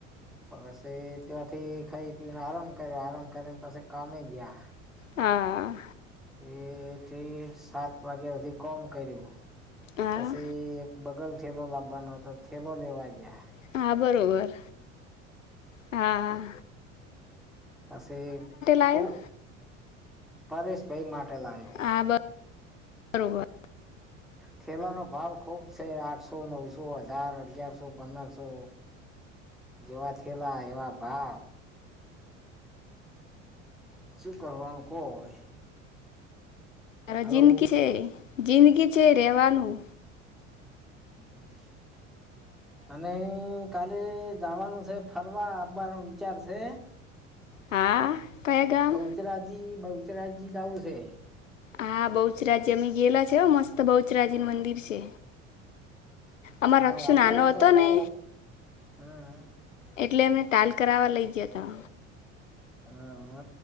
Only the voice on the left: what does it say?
હા
હા
હા બરોબર હા હા.
લાયો
હા બરોબર
<unintelligible>
જિંદગી છે, જિંદગી છે રહેવાનું
હા કયા ગામ
હા બહુચરાજી અમે ગયેલા છે હો મસ્ત બહુચરાજીનું મંદિર છે.
અમારો
અક્ષુ
નાનો
હતો
ને
એટલે અમે તાલ કરાવવા લઈ જયાતા.